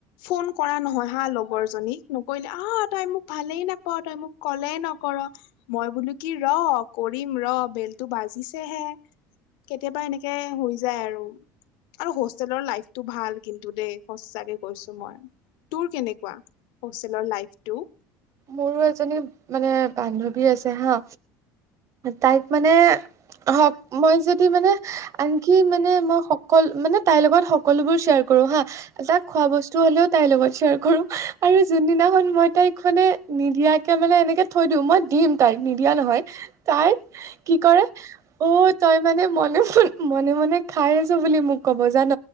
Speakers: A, on the left; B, on the right.
A: ফোন কৰা নহয় হা লগৰ জনীক, নকৰিলে আহ তই মোক ভালেই নাপায় তই মোক কলেই নকৰ' মই বোলো কি ৰ কৰিম ৰ বেলটো বাজিছে হে, কেতিয়াবা এনেকে হৈ যায় আৰু। আৰু হোষ্টেলৰ লাইফটো ভাল কিন্তু দেই সচাকে কৈছো মই। তোৰ কেনেকুৱা? হোষ্টেলৰ লাইফ টো?
B: মোৰো এজনী মানে বান্ধৱী আছে হা, তাইক মানে অহক মই যদি মানে আনকি মানে মই সকল মানে তাইৰ লগত সকলোবোৰ শ্বেয়াৰ কৰো হা জাত খোৱা বস্তু হলেও তাইৰ লগত শ্বেয়াৰ কৰো, আৰু যোনদিনাখন মই তাইক মানে নিদিয়াকে মানে এনেকে থৈ দিওঁ, মই দিম তাইক নিদিয়া নহয়। তাই কি কৰে, ঔ তই মানে মনে মন মনে মনে খাই আছ বুলি মোক ক'ব জান।